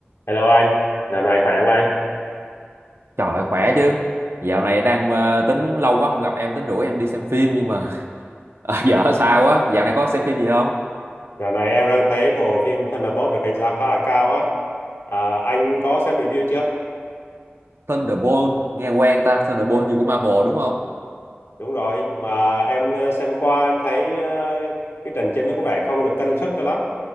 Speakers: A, on the left (about 80°); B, on the right (about 70°).
A: Hello anh, dạo này khỏe không anh?
B: Trời khỏe chứ. Dạo này đang ờ, tính lâu quá không gặp em tính rủ em đi xem phim nhưng mà <laughs> ờ, giờ ở xa quá. Dạo này có xem phim gì không?
A: Dạo này em đang thấy bộ phim Thunderbolt được đánh giá khá là cao á. À, anh có xem review chưa?
B: Thunderbolt nghe quen ta, Thunderbolt như của Marvel đúng không?
A: Đúng rồi, mà em ờ, xem qua em thấy ờ, cái trận chiến nó có vẻ không được cân sức cho lắm.